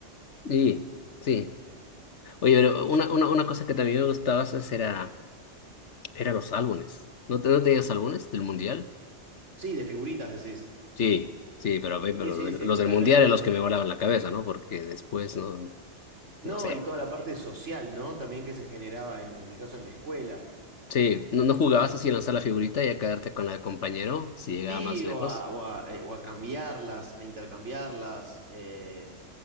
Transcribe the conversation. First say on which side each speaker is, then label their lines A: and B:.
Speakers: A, on the left; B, on the right.
A: Sí, sí. Oye, pero una, una, una cosa que también me gustaba hacer era, era los álbumes. ¿No, te- no tenías álbumes del mundial?
B: Sí, de figuritas decís.
A: Sí, sí, pero, ve, pero
B: Sí, sí,
A: los, del,
B: sí,
A: los
B: totalmente.
A: del Mundial eran los que me volaban la cabeza, ¿no? Porque después no,
B: No,
A: no sé.
B: y toda la parte social, ¿no? También que se generaba en, en mi caso en la escuela.
A: Sí, no, no jugabas así en lanzar la figurita y a quedarte con la del compañero si llegaba
B: Sí,
A: más lejos.
B: o a, o a, eh, o a cambiarlas, a intercambiarlas. eh,